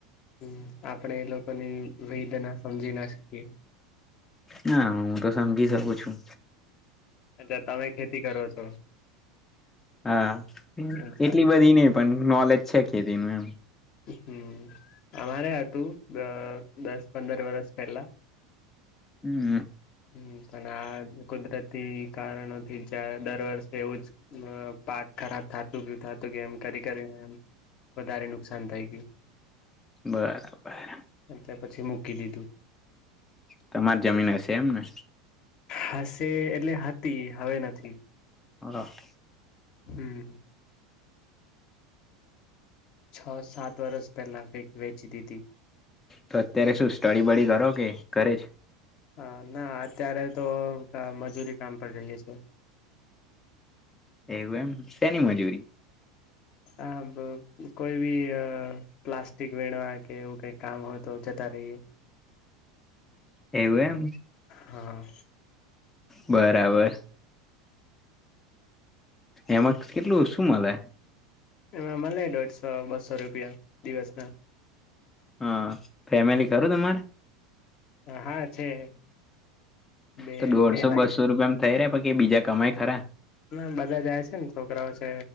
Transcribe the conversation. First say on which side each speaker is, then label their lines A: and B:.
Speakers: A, on the left; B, on the left.
A: હમ આપણેે એ લોકોની વેદના સમજી ના શકીએ.
B: ના હું તો સમજીજી શકું છું.
A: અચછા તમે ખેતી કરો છો.
B: હા
A: અચ્છા
B: એટલી બધી નહ પણ નોલેજ છે ખેતી ન એમ.
A: હમ અમારે હતું દસ પંદર વરષ પહેલા.
B: હમ.
A: હમ પણ આ કુદરતી કારણો થી જંર. દર વર્ષે એવું જ પાક ખરાબ થતું ગયું થતું કે એમ કરી કરીને એમ. વધારે નુકસાન થઈ ગયું.
B: બરા બર.
A: એટલે પછી મૂકી દીધું.
B: તમારી જમીન હશે એમ ને?
A: હશે. એટલે હતી. હવે નથી.
B: <inaudible>
A: હમ! છો સાત વરસ પહેલાં વેચ દીધદી.
B: તો અત્યારે શું સ્ટડી બડી કરો કે, ઘરે જ?
A: હા! ના અત્યારે તો મજૂરી કામ પર જઈએ છે.
B: એવું એમ. શેની મજૂરી?
A: હા! કોઈ બી પ્લાસ્ટિક વેણવા કે એવું કઈક. કામ હોય તો જતા રહીએ.
B: એવું એમ?
A: હા!
B: બરાબર. એમાં, કેટલું શું મળે?
A: એમાં મળે દોઢસો, બસો રૂપિયા દિવસ ના.
B: હા! ફેમિલી ખરું
A: હા
B: તમારે?
A: હા છે. બે
B: તો દોઢસો
A: બે વાઈફ
B: બસો રૂપિયા એમ થઈ રહ્યા. એ બીજા કમાય ખરા?
A: ના બધા જાય છે ને. છોકરાઓ છે.